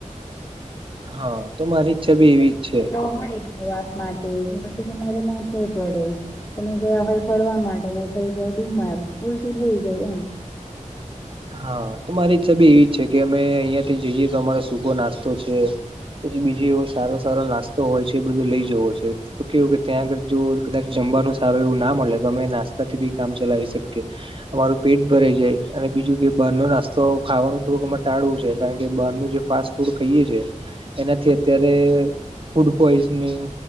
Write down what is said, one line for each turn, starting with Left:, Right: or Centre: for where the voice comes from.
Right: હા તો મારી ઈચ્છા બી એવી જ છે.
Left: હ હોય <inaudible> પ્રવાસ માટે કે પછી તમારે ના થું પડે તમે ગયા હોય ફરવા માટે ને થઈ જાય બીમાર ઉલટી થઇ જાય એમ
Right: હા તો મારી ઈચ્છા બી એવી છે કે અમે અઇયાં થી જઈએ તો અમારો સૂકો નાસ્તો છે. પછી બીજી એવો સારો સારો નાસ્તો હોય છે એ બધો લઈ જવો છે. તો કેવું કે ત્યાં આગળ જો કદાચ જમવાનું સારું એવું ના મલે તો અમે નાસ્તાથી બી કામ ચલાવી શકીએ. અમારું પેટ ભરાઈ જાય અને બીજુંત. એ બારનો નાસ્તો ખાવાનું થોડુંક અમાર ટાળવું છે. કારણ કે બારનું જે ફાસ્ટ ફૂડ ખઈએ છે. એનાથી અત્યારે- ફૂડ પોઈઝનિંગ